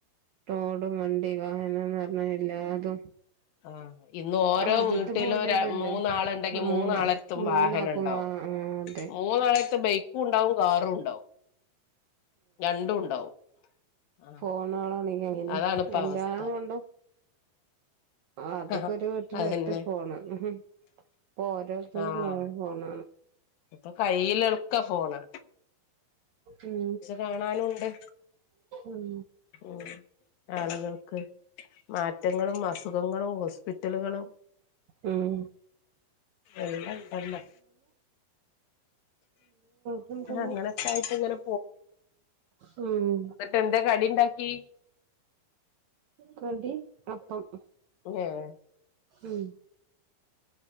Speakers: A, on the right; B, on the left.
A: റോഡും വണ്ടി വാഹനന്ന് പറഞ്ഞാ എല്ലാതും
B: ആഹ ഇന്ന് ഓരോ
A: ആദ്യത്തെ
B: വീട്ടിലും
A: പോലെല്ലല്ലോ
B: മൂന്നാളുണ്ടെങ്കി
A: ഉം
B: മൂന്നാളടുത്തും
A: മൂന്നാക്കും
B: വാഹനം ഉണ്ടാവും
A: ആ ആ അതെ
B: മൂന്നാൾക്കും ബൈക്കും ഉണ്ടാവും കാറും ഉണ്ടാവും രണ്ടും ഉണ്ടാവും ആഹ്
A: പോണാളാണ അങ്ങനെ
B: അതാണിപ്പ
A: എല്ലാം
B: അവസ്ഥ
A: കൊണ്ടും ആ അതൊക്കെ
B: ആഹ്
A: ഒരു വീട്ടില്
B: അതന്നെ
A: ഒറ്റ ഫോണ് ഉം ഇപ്പ ഓരോരുത്തർക്കും
B: ആഹ്
A: ഓരോഫോണ
B: ഇപ്പൊ കയ്യില എടുക്ക ഫോണ്
A: ഉം
B: കാണാനുണ്ട്
A: ഉം
B: ഉം ആളുകൾക്ക് മാറ്റങ്ങളും അസുഖങ്ങളും ഹോസ്പിറ്റലുകളും
A: ഉം
B: എല്ലാം ഉണ്ടല്ലോ
A: പിന്നെ
B: ആ അങ്ങനൊക്കെ ആയിട്ട് ഇങ്ങനെ
A: <unintelligible> ഉം
B: എന്തേ കടി ഉണ്ടാക്കി
A: കടി അപ്പം
B: അതെയോ
A: ഉം